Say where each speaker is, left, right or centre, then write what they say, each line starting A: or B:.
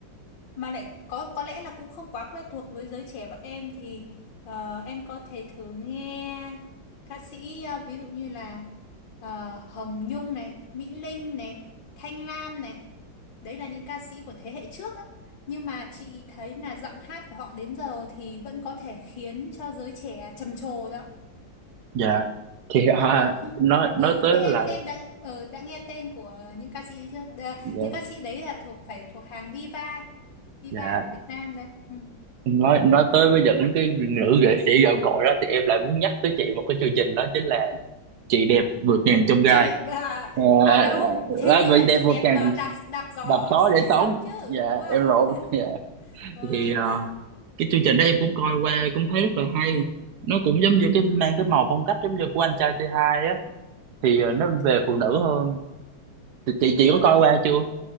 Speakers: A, on the left (about 70°); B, on the right (about 65°).
A: mà lại có có lẽ là cũng không quá quen thuộc với giới trẻ bọn em thì ờ, em có thể thử nghe ca sĩ ờ, ví dụ như là ờ, Hồng Nhung này, Mỹ Linh này, Thanh Lam này đấy là những ca sĩ của thế hệ trước á nhưng mà chị thấy là giọng hát của họ đến giờ thì vẫn có thể khiến cho giới trẻ trầm trồ đó
B: dạ thì à,
A: Ờ không
B: nói
A: ờ
B: nói
A: không
B: tới
A: biết em
B: lại
A: em đã ờ đã nghe tên của những ca sĩ ấy chưa? Đờ,
B: dạ
A: những ca sĩ đấy là thuộc phải thuộc hàng diva, diva
B: dạ
A: của Việt Nam đấy. Ừ.
B: nói nói tới với những cái nữ nghệ sĩ gạo cội đó thì em lại muốn nhắc tới chị một cái chương trình đó chính là chị đẹp vượt ngàn chông gai
A: Chị đẹp à,
B: à,
A: à đâu, hình
B: à,
A: như
B: vậy
A: là
B: đẹp
A: chị đẹp
B: vượt ngàn
A: à, đạp đạp gió
B: đầm só
A: rẽ
B: để
A: sóng
B: sống
A: chứ,
B: dạ
A: đúng không?
B: em lộn
A: <laughs>
B: dạ
A: Ờ.
B: thì ờ, cái chương trình đó em cũng coi qua cũng thấy rất là hay nó cũng giống như cái mang cái màu phong cách giống như của anh trai T2 á thì
A: Ừ.
B: ờ, nó về phụ nữ hơn thì chị chị
A: Ờ.
B: có coi qua chưa